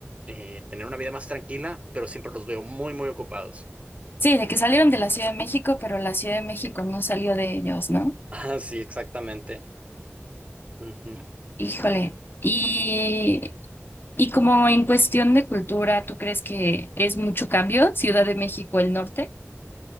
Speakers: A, on the right; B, on the left.
A: eh, tener una vida más tranquila, pero siempre los veo muy, muy ocupados.
B: Sí, de que salieron de la Ciudad de México, pero la Ciudad de México no salió de ellos, ¿no?
A: <laughs> Ah, sí, exactamente. Ujú.
B: Híjole. Y, y como en cuestión de cultura, ¿tú crees que es mucho cambio Ciudad de México el norte?